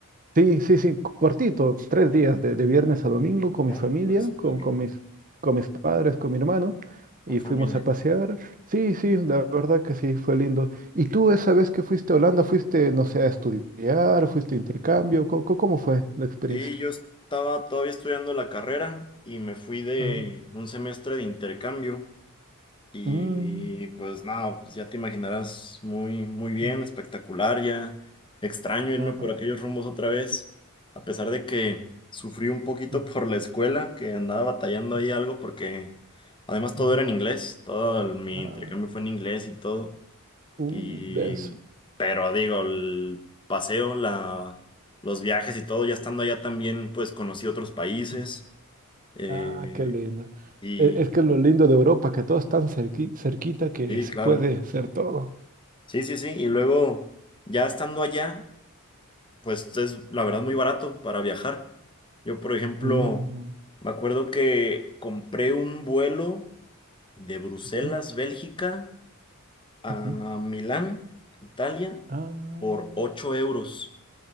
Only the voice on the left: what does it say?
No,
pero súper
bien,
con
familia.
súper
bien.
Sí, yo estaba todavía estudiando la carrera y me fui de
un semestre de intercambio y
pues nada, pues ya te imaginarás muy, muy bien,
espectacular, ya extraño irme
por aquellos rumbos otra vez, a pesar de que sufrí un poquito
por la escuela, que andaba batallando ahí
algo porque además
todo era en inglés, todo el- mi
intercambio fue en inglés y todo.
Y,
pero digo, el paseo, la, los viajes y todo, ya estando allá también, pues conocí otros países.
eh,
y
sí,
claro.
Sí, sí, sí. Y luego, ya estando allá, pues es la verdad muy barato para viajar. Yo, por ejemplo,
me acuerdo que compré un vuelo de Bruselas,
Bélgica, a
Milán, Italia,
por 8 euros.